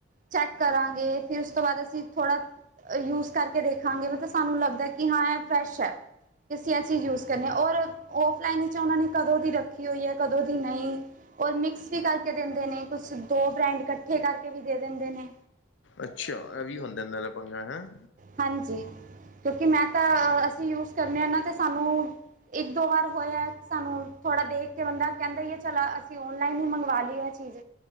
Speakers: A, on the right; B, on the left.
A: ਚੈੱਕ ਕਰਾਂਗੇ ਫਿਰ ਉਸ ਤੋਂ ਬਾਅਦ ਅਸੀਂ ਥੋੜਾ ਯੂਜ ਕਰਕੇ ਦੇਖਾਂਗੇ। ਮਤਲਬ ਸਾਨੂੰ ਲੱਗਦਾ ਕਿ ਹਾਂ ਇਹ ਫਰੈਸ਼ ਹੈ ਤੇ ਅਸੀਂ ਇਹ ਚੀਜ਼ ਯੂਜ ਕਰਦੇ ਹਾਂ ਔਰ ਆਫਲਾਈਨ ਵਿੱਚ ਉਹਨਾਂ ਨੇ। ਕਦੋਂ ਦੀ ਰੱਖੀ ਹੋਈ ਹੈ ਕਦੋਂ ਦੀ ਨਹੀਂ। ਉਹ ਮਿਕਸ ਵੀ ਕਰਕੇ ਦਿੰਦੇ ਨੇ ਕੁਛ ਦੋ ਬ੍ਰੈਂਡ ਇਕੱਠੇ ਕਰਕੇ ਵੀ ਦੇ ਦਿੰਦੇ ਨੇ।
B: ਅੱਛਾ ਇਹ ਵੀ ਹੁੰਦਾ ਇਹਨਾਂ ਦਾ ਪੰਗਾ ਹੈ।
A: ਹਾਂਜੀ, ਕਿਉਂਕਿ ਮੈਂ ਤਾਂ ਅਸੀਂ ਯੂਜ। ਕਰਨੇ ਆ ਨਾ ਤੇ ਸਾਨੂੰ ਇੱਕ ਦੋ ਵਾਰ ਹੋਇਆ। ਸਾਨੂੰ ਥੋੜਾ ਦੇਖ ਕੇ ਬੰਦਾ ਕਹਿੰਦਾ ਹੀ ਏ ਚਲ ਅਸੀਂ ਓਨਲਾਈਨ ਹੀ ਮੰਗਵਾ ਲਈਏ ਆ ਚੀਜ਼।